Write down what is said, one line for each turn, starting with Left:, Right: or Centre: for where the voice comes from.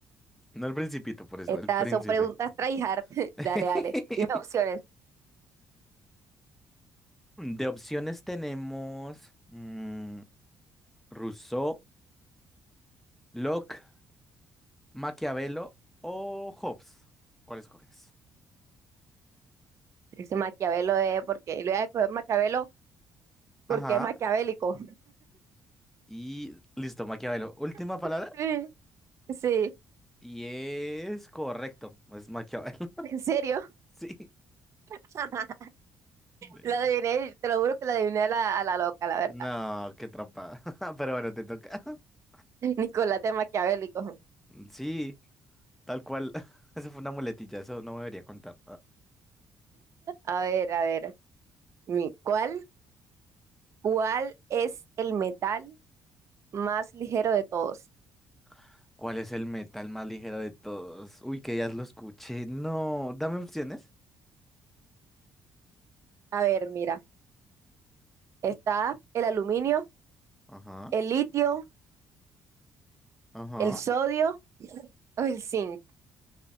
Centre: No el Principito, por eso,
Right: estas
Centre: el Príncipe.
Right: son preguntas tryhard. <laughs>
Centre: <laughs>
Right: Dale, dale, dime opciones.
Centre: De opciones tenemos mm, Rousseau, Locke, Maquiavelo o Hobbes. ¿Cuál escoges?
Right: Ese Maquiavelo es porque... Le voy a coger Maquiavelo porque
Centre: ajá
Right: es maquiavélico.
Centre: Y listo, Maquiavelo. Última
Right: <laughs>
Centre: palabra.
Right: Sí, sí,
Centre: Y es correcto. Es Maquiavelo. <laughs>
Right: en serio.
Centre: Sí.
Right: <laughs>
Centre: Del-
Right: La adiviné, te lo juro que la adiviné a la, a la loca, la verdad.
Centre: No, qué trampa. <laughs> Pero bueno, te toca. <laughs>
Right: <laughs> Nicolás de Maquiavélico.
Centre: Sí, tal cual. <laughs> Eso fue una muletilla, eso no me debería contar.
Right: A ver, a ver. mi- ¿Cuál, cuál es el metal más ligero de todos?
Centre: <laughs> ¿Cuál es el metal más ligero de todos? Uy, que ya lo escuché. No, dame opciones.
Right: A ver, mira. Está el aluminio,
Centre: Ajá,
Right: el litio,
Centre: ajá.
Right: el sodio o el zinc.